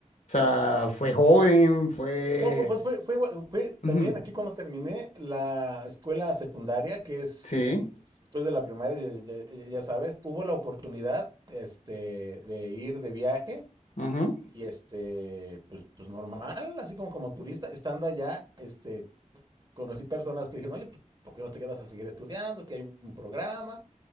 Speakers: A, on the left; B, on the right.
A: O sea, fue joven, fue.
B: No, pues, pues fue, fue igual, fue
A: Ujú.
B: también aquí cuando terminé la escuela secundaria, que es
A: Sí.
B: después de la primaria, ya, ya- ya sabes, hubo la oportunidad este, de ir de viaje
A: ujú.
B: y este, pues, pues normal, así como como turista, estando allá, este, conocí personas que dijeron, oye, pues, ¿por qué no te quedas a seguir estudiando? Que hay un programa,